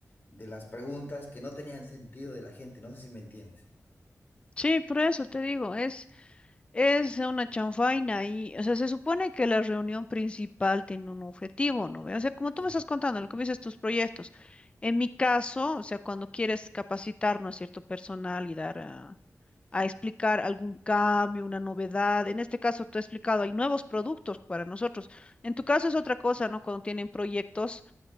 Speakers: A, on the left (about 40°); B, on the left (about 20°).
A: de las preguntas que no tenían sentido de la gente. No sé si me entiendes.
B: Sí, por eso te digo, es, Es una chanfaina y, o sea, se supone que la reunión principal tiene un objetivo, ¿no? ve? O sea, como tú
A: Sí,
B: me estás contando, lo que me dices tus proyectos. En mi caso, o sea, cuando quieres capacitarnos a cierto personal y dar a, a explicar algún cambio, una novedad, en este caso tú has explicado, hay nuevos productos para nosotros. En tu caso es otra cosa, ¿no? Cuando tienen proyectos